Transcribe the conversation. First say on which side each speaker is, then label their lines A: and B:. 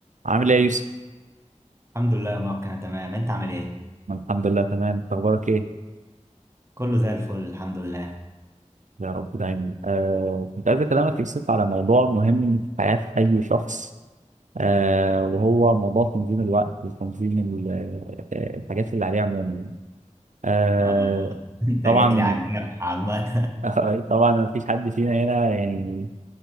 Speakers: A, on the right; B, on the right.
A: عامل ايه يا يوسف؟
B: الحمد لله يا مروان انا تمام انت عامل ايه
A: أنا الحمد لله تمام، انت اخبارك ايه؟
B: كله زي الفل الحمد لله
A: يا رب دايما. آه كنت عايز اكلمك يا يوسف على موضوع مهم في حياة اي شخص آه وهو موضوع تنظيم الوقت وتنظيم ال- آه، الحاجات اللي عليه عموما. آه
B: اه <laughs> انت
A: طبعا
B: جيت لي على الجرح عامة
A: <laughs> طبعا ما فيش حد فينا هنا يعني